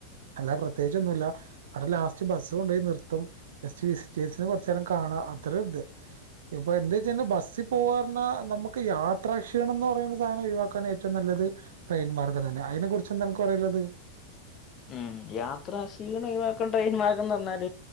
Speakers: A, on the right (about 60°); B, on the left (about 30°).
A: അല്ലാതെ പ്രത്യേയിച്ച് ഒന്നും ഇല്ലാ അയുടെ ലാസ്റ്റ് ബസ്സ് കൊണ്ടോയി നിർത്തും ജസ്റ്റ് വിസിറ്റേഴ്സിന് കൊർച്ചേരം കാണാം അത്രേം ഇണ്ട്. ഇപ്പൊ എന്തൊയ്ച്ചാന് ബസ്സി പോവാ പർണാ നമുക്ക് യാത്രാ ക്ഷീണംന്ന് പറയുന്ന സാനം ഒഴിവാക്കാൻ ഏറ്റവും നല്ലെത് ട്രെയിൻ മാർഗം തെന്നെ അയിനെ കുറിച്ച് എന്താ അൻക്ക് പറയാ ഇള്ളെത്?
B: ഉം യാത്ര ക്ഷീണം ഒഴിവാക്കെണ്ട ട്രെയിൻ മാർഗംന്ന് പർണാൽ